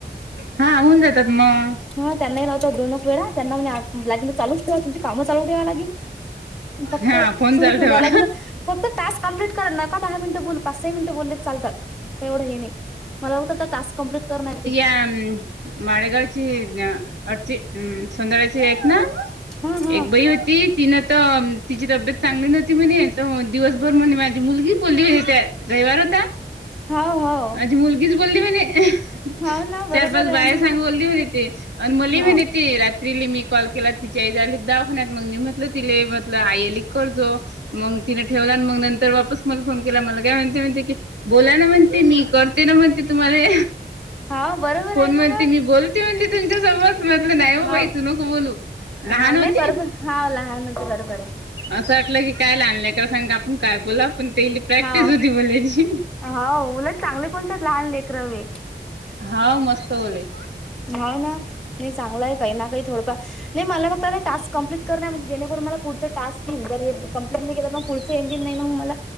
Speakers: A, on the right (about 75°); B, in the centre.
A: हा होऊन जातात मग
B: ह त्यांनाही लावतो दोनच वेळा त्यांनागे चालूच. ते्हा तुमची काम चालून ठेवा लागेल फक्त
A: हा फोन
B: सुर
A: चालू
B: ठेवून
A: ठेवा
B: द्या लागेल फक्त टाक कमप्लीट नका दहा मिनट बोलू पाच सहा मिनट बोललेतरी चालतात. का एवढं हे नाही मला बघत टाक कम्प्लीट करणार.
A: हम्म. माळेगावची अरची सुंदरा्याची आहेत ना.
B: हा हा
A: एक बाई होती तिनं तर तिची तब्येत. चांगली नव्हती म्हणे दिवसभर म्हणे माझी मुलगी बोलली हो त्या रविवार होता.
B: हा हा.
A: आजी मुलगीच बोलली म्ह.
B: हाव ना बरोबर
A: चार पाच बाहे
B: आहे ना
A: सांगवली होन येते आणि मल
B: हाव
A: होन येते तिली मी कॉल केला तिच्या आई जाली दाखनत मग म म्हटलं तिले म्हटलं आईली करजो. मग तिने ठेवला आणि मग नंतर वापस. मला फोन केला मला काय म्हणते म्हणते की बोला ना म्हणते मी करते ना म्हणते तुम्हाला.
B: हाव बरोबर
A: होण
B: आहे ना
A: म्हणते
B: मग
A: मी बोलते म्हणते तुमच्यासवर म्हटलं नाही हो
B: हाव
A: बाई तू नको बोलू लहान
B: हाव
A: होती.
B: नाही बरोबर हाव लहान होते बरोबर आहे
A: असं वाटलं की काय लाानलंयक सांग आपण काय बोला पण तेली प्रॅक्टिस
B: हाव
A: होती बोलायची.
B: हो उलट चांगले बोलतात लहान लेख रवे.
A: हा मस्त ब
B: नाव ना नाही चांगला आहे काही ना काही थडंफ नाही मला मग आ टास् कंप्लीट करणार म्हणे जेणेकरून मला पुढचं टाक घल ज हे कंप्ट नाही केलं तरग पुढचंजन नाही मग मला.